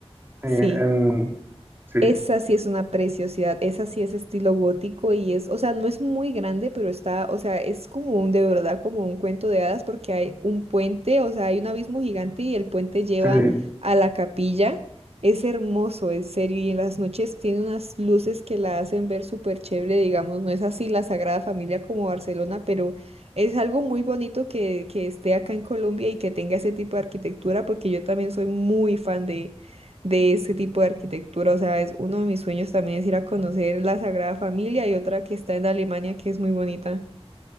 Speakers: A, on the right; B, on the right.
A: Sí,
B: sí.
A: en... Sí,
B: Esa sí es una preciosidad, esa sí es estilo gótico y es, o sea, no es muy grande, pero está, o sea, es como un, de verdad, como un cuento de hadas porque hay un puente, o sea, hay un abismo gigante y el puente lleva
A: sí.
B: a la capilla. Es hermoso, en serio, y en las noches tiene unas luces que la hacen ver súper chévere, digamos, no es así la Sagrada Familia como Barcelona, pero es algo muy bonito que, que esté acá en Colombia y que tenga ese tipo de arquitectura porque yo también soy muy fan de de este tipo de arquitectura. O sea, es uno de mis sueños también es ir a conocer la Sagrada Familia y otra que está en Alemania que es muy bonita.